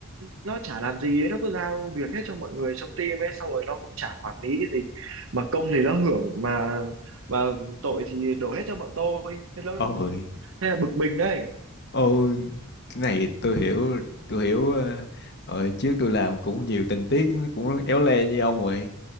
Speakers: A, on the right; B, on the left.
A: nó chả làm gì ấy nó cứ giao việc hết cho mọi người trong team ấy xong rồi nó cũng chả quản lý cái gì mà công thì nó hưởng mà mà tội thì đổ hết cho bọn tôi thế nó
B: Ôi,
A: thế là bực mình đấy
B: ôi, cái này tôi hiểu, tôi hiểu. ờ, Rồi trước tôi làm cũng nhiều tình tiết nó cũng éo le như ông vậy.